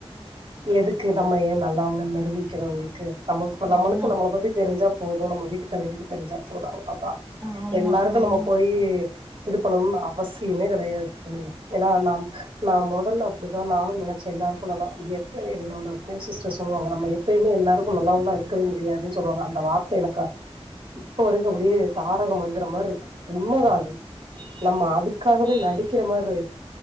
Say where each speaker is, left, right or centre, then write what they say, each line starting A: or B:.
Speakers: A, on the right; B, on the right.
A: எதுக்கு நம்ம ஏன் நல்லவங்க நிரூபிக்கணு அவுங்களுக்கு நம்மள் நம்மளுக்கு
B: ஆமா
A: நம்மள பத்தி தெரிஞ்சா போதும் நம்ம வீட்டுக்காரங்களுக்கு தெரிஞ்சா போதும் அவ்ளோதா
B: ஆமா
A: எல்லாருக்கு
B: ஆமா
A: நம்ம போயி இது பண்ணணும்னு அவசியமே கெடையாது துணைவி ஏன்னா நாம் நா மொதல்ல அப்டிதா நானு நினைச்சே எல்லாருக்கு நல்லா எப்பயு என்னோட கோ சிஸ்டர் சொல்வாங்க நம்ம எப்பயுமே எல்லாருக்கு நல்லவங்கள இருக்கவே முடியாதுன் சொல்லுவாங்க அந்த வார்த்த எனக்கா இப்ப வரைக்கும் அப்படியே தாரக மந்திர மாதிரி இருக்கு உண்மதான அது நம்ம அதுக்காகவே நடிக்கிற மாரு